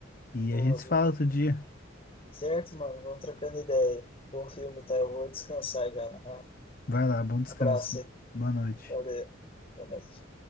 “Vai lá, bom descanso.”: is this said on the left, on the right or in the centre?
Left